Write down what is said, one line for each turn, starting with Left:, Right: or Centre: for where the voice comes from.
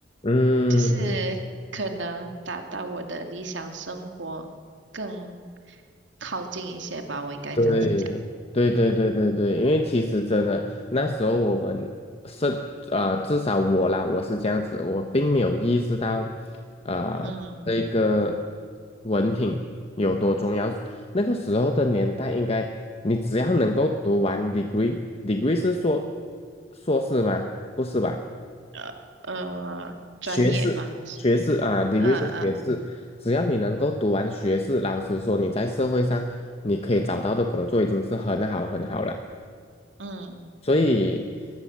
Left: 嗯。
Right: 就是可能达到我的理想生活更靠近一些吧，我应该这样子讲，
Left: 对对对对对对，因为其实真的那时候我们是啊、至少我啦，我是这样子，我并没有意识到啊、呃这个
Right: 嗯，
Left: 文凭有多重要。那个时候的年代，应该你只要能够读完 degree，degree 是说硕士吗？不是吧？
Right: 呃呃，专业吧，
Left: 学士，
Right: 是，
Left: 学士啊，degree
Right: 嗯嗯
Left: 是学士，只要你能够读完学士，老实说，你在社会上你可以找到的工作已经是很好很好了。
Right: 嗯，
Left: 所以，